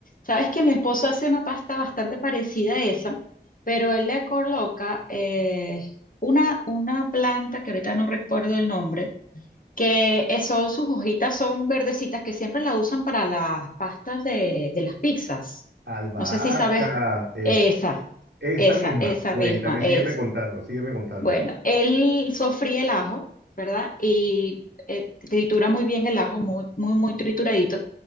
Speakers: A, on the left (about 50°); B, on the right (about 85°).
A: Sabes que mi esposo hace una pasta bastante parecida a esa, pero él le coloca eh, una, una planta que ahorita no recuerdo el nombre, que eso, sus hojitas son verdecitas que siempre la usan para las pastas de, de las pizzas.
B: Albahaca,
A: No sé si sabes
B: es-
A: esa,
B: esa
A: esa,
B: misma.
A: esa
B: Cuéntame,
A: misma
B: sígueme
A: es.
B: contando, sígueme contando.
A: Bueno, él sofríe el ajo, ¿verdad? Y eh, tritura muy bien el ajo, muy, muy, muy trituradito